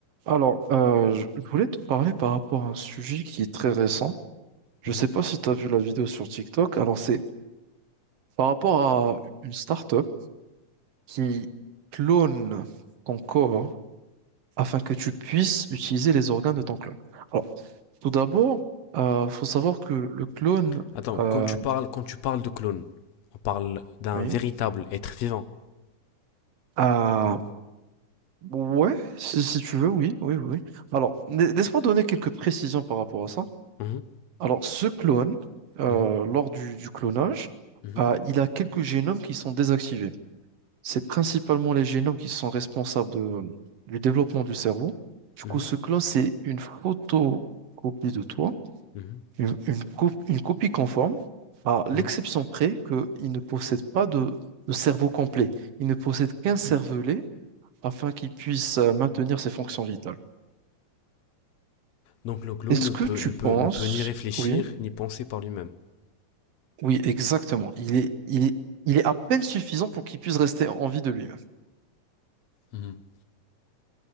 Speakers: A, on the right; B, on the left.
A: Alors, euh, je je voulais te parler par rapport à un sujet qui est très récent. Je
B: Mhm.
A: ne sais pas si tu as vu la vidéo sur TikTok. Alors, c'est par rapport à une startup qui clone ton corps afin que tu puisses utiliser les organes de ton clone. Alors, tout d'abord, il faut savoir que le clone,
B: Attends,
A: euh,
B: quand tu parles, quand tu parles de clone, on parle d'un
A: oui,
B: véritable être vivant.
A: ah, ouais, si, si tu veux, oui, oui, oui. Alors, la- laisse-moi donner quelques précisions par rapport à ça.
B: Mhm,
A: Alors, ce clone, euh,
B: mhm,
A: lors du, du clonage,
B: mhm,
A: euh, il a quelques génomes qui sont désactivés. C'est principalement les génomes qui sont responsables de- du développement du cerveau. Du
B: mhm,
A: coup, ce clone, c'est une photocopie de toi,
B: mhm,
A: une, une co- une copie conforme, à l'exception
B: mhm.
A: près qu'il ne possède pas de, de cerveau complet. Il ne possède qu'un cervelet afin qu'il puisse euh, maintenir ses fonctions vitales.
B: Donc le clone
A: Est-ce
B: ne
A: que
B: peut,
A: tu
B: ne
A: penses,
B: peut, ne peut ni réfléchir,
A: oui,
B: ni penser par lui-même.
A: Oui, exactement. Il est, il est, il est à peine suffisant pour qu'il puisse rester en vie de lui-même.
B: Mhm.